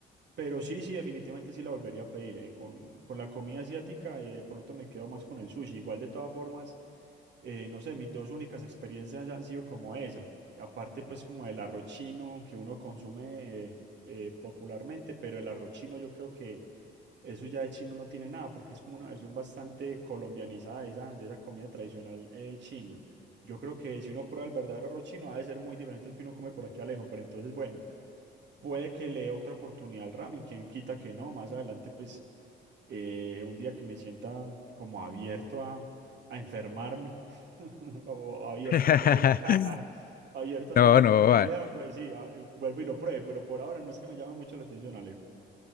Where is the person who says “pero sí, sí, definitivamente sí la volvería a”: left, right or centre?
Right